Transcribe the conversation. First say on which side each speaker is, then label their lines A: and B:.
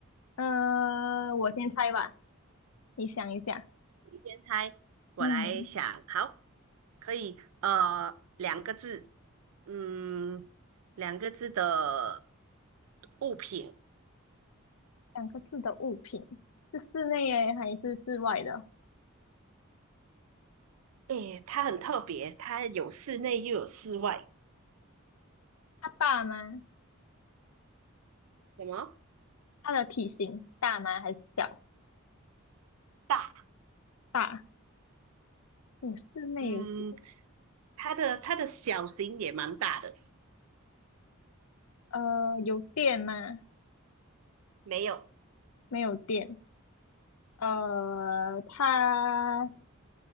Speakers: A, on the left (about 80°); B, on the right (about 80°).
A: 呃，我先猜吧，你想一下，
B: 你先猜，我来想。
A: 嗯，
B: 好，可以。呃，两个字，嗯，两个字的物品。
A: 两个字的物品是室内耶还是室外的？
B: 诶，它很特别，它有室内又有室外。
A: 它大吗？
B: 什么？
A: 它的体型大吗？还是小？
B: 大。
A: 大。有室内有室，
B: 嗯，它的它的小型也蛮大的。
A: 呃，有电吗？
B: 没有，
A: 没有电。呃，它